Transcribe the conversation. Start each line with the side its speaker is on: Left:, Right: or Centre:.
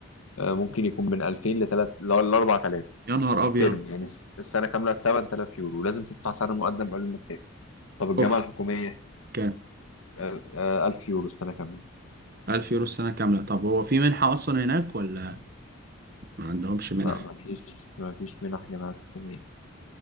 Left: آه، ممكن يكون من 2000 لتلات لأربعة آلاف،
Right: يا نهار
Left: الترم
Right: ابيض
Left: يعني السنة كاملة 8000 يورو لازم تدفع سنة مقدم قبل ما تسافر طب الجامعة
Right: اوف
Left: الحكومية
Right: كام
Left: آه، آه، 1000 يورو السنة كاملة
Right: ألف يورو السنة كاملة طب هو في منحة أصلا هناك ولا ما عندهمش منح
Left: لا ما فيش ما فيش منح جامعات حكومية